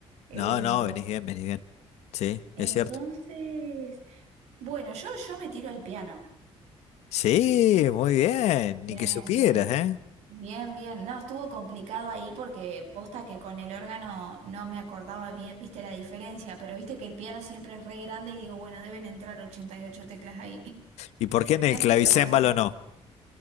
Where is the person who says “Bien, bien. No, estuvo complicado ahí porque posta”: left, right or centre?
Right